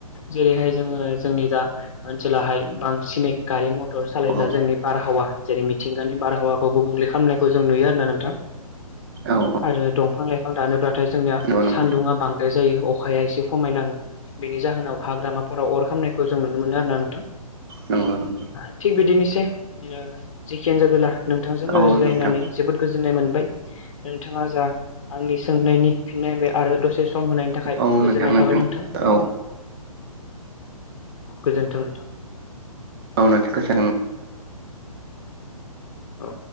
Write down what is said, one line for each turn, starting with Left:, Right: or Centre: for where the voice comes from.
Left: जेरैहाय जोङो जोंनि दा ओनसोलावहाय बांसिनै गारि मथर सालायब्ला
Right: औ
Left: जोंनि हावा जेरै मिथिंगानि बारहावाखौ गुबुंले खालामनायखौ जों नुयो आरोोना नोंथां।
Right: औ औ।
Left: आरो दंफां लाइफां दानोब्लाथाय जोंनिया
Right: नंगौ
Left: सान्दुङा
Right: नंगौ नोंथां
Left: बांद्राय जायो अखाया एसे खमायलाङो बेनि जाहोनाव हाग्रामाफोराव अर खामनायखौ जों नुनो मोनो आरोना नोंथां।
Right: नंगौ नंगौ
Left: थिग बिदिनोसै जेखियानो जादोला नोंथांजों रायज्लायनानै
Right: औ नोंथां
Left: जोबोद गोजोननाय मोनबाय नोंथाङा जा आंनि सोंनायनि फिननायाय आरो दसे स सम होनायनि थाखाय
Right: औ नोंथां
Left: गोजोननाय थाबाय नोंथां
Right: औ
Left: गोजोन्थों नोंथां।
Right: <unintelligible>
Left: औ।